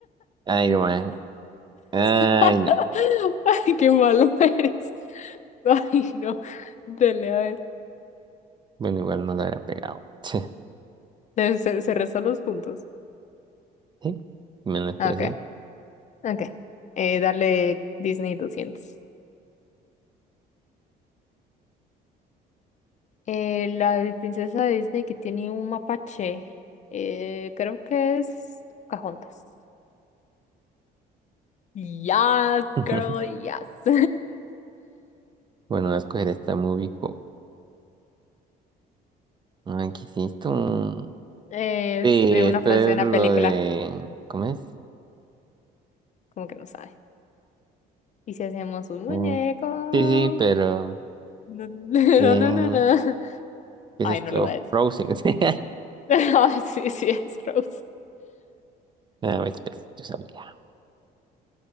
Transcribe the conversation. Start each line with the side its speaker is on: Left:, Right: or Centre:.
Right: <laughs> Iron Man. Ay,
Left: <laughs>
Right: no.
Left: Ay, qué malo <laughs> eres. Ay, no. Dale, a ver.
Right: Bueno, igual no lo habrá pegado. <laughs>
Left: Eh, Se, se restan los puntos.
Right: ¿Sí? Menos
Left: Ah,
Right: trescientos,
Left: Ok, ok. Eh, dale Disney 200. Eh, la princesa de Disney que tiene un mapache. Eh, creo que es Pocahontas. Yes,
Right: <laughs>
Left: girl, yes. <laughs>
Right: Bueno, voy a escoger esta movie. co- Ay, ¿qué es esto?
Left: Es
Right: Sí,
Left: de una
Right: esto
Left: frase
Right: es
Left: de una
Right: lo
Left: película.
Right: de... ¿Cómo es?
Left: Como que no sabe. ¿Y si hacemos un muñeco?
Right: Eh, sí, sí, pero
Left: No, <laughs> no,
Right: ¿quién?
Left: no, no, no.
Right: ¿Qué
Left: Ay,
Right: es esto?
Left: no lo voy a decir.
Right: Frozen. <laughs>
Left: <laughs> Ay, sí, sí, es Rose.
Right: A ver, pues, yo sabía.